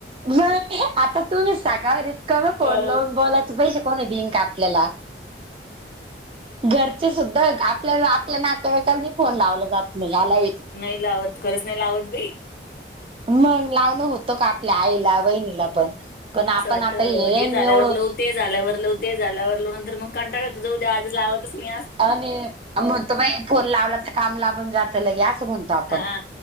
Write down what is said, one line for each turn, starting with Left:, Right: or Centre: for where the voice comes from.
Right: मग आता तुम्ही सांगा कमी फोन
Left: हो
Right: लावून बोलायच पैसे कोण देईल का आपल्याला घरचे सुद्धा आपल्याला आपल्या नातेवाईकला फोन लावला जात नाही या लाय
Left: नाही लावत खरंच नाही लावत बाई
Right: मग लावण होतं का आपल्या आईला, बहिणीला पण पण
Left: असं
Right: आपण
Left: वाटतं
Right: आता हे
Left: झाल्यावर
Right: एवढं
Left: लव ते झाल्यावर लव ते झाल्यावर लाव नंतर मग कंटाळा हो जाऊ द्या आज लावतच मी
Right: आणि म्हणतो बाई फोन लावला तर काम लांबून जातं लगे असं म्हणत आपण.
Left: हा